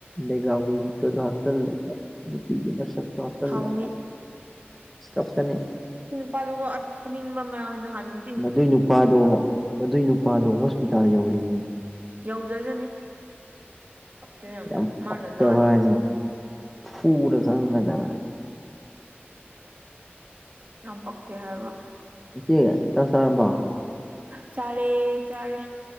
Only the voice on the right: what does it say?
ꯏꯁ
ꯊꯨꯅꯤꯡꯕ ꯃꯌꯥꯝ ꯅꯍꯥꯟ
ꯌꯧꯖꯔꯅꯤ ꯀ ꯌꯥꯝꯅ
ꯃꯥꯅ
ꯂꯥ ꯂꯕ
ꯌꯥꯝꯄꯛꯇ ꯍꯥꯏꯕ
ꯆꯔꯦ ꯆꯔꯦ